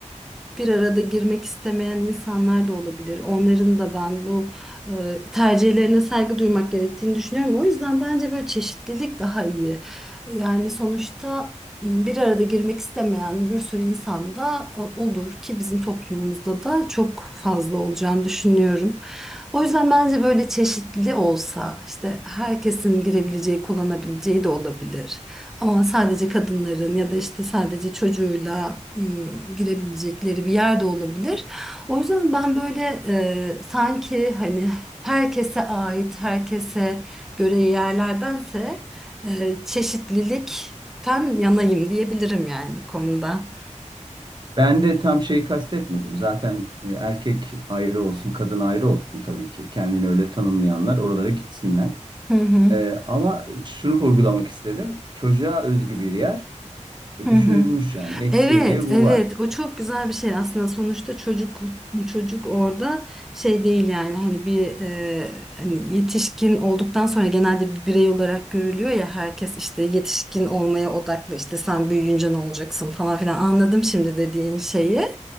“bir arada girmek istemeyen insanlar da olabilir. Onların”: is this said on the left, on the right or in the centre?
Centre